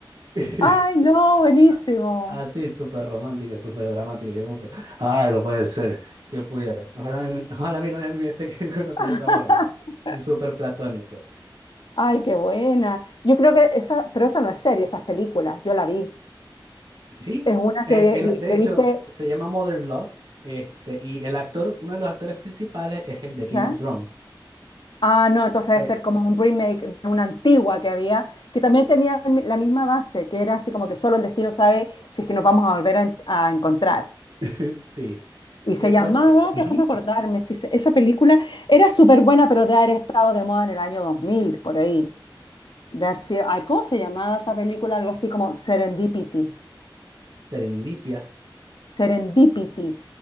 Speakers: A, on the right; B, on the left.
A: <laughs>
B: Ay, no, buenísimo.
A: A- Así, súper romántico, súper dramático. Yo como que, ay, no puede ser, que pudiera. Ojalá, <laughs> mi- ojalá mi novia me hubiese <laughs> conocido
B: <laughs>
A: de esa forma. Súper platónico.
B: Ay, qué buena. Yo creo que esa, pero esa no es serie, esas películas, yo la vi.
A: Sí,
B: Es una
A: eh,
B: que, di-
A: el-
B: di-
A: de
B: que
A: hecho,
B: dice,
A: se, se llama Modern Love. Este, y el actor, uno de los actores principales es el de Game
B: ¿ya?
A: of Thrones.
B: Ah, no, entonces debe
A: Eh,
B: ser como un remake de una antigua que había, que también tenía la misma base, que era así como que solo el destino sabe si es que nos vamos a volver a, en- a encontrar.
A: <laughs> sí.
B: Y se
A: Eh,
B: llamaba,
A: bueno, ujú.
B: déjame acordarme, si se- esa película era súper buena, pero de haber estado de moda en el año 2000 por ahí. De haber sido- ay, ¿cómo se llamaba esa película? Algo así como Serendipity.
A: Serendipia
B: Serendipity.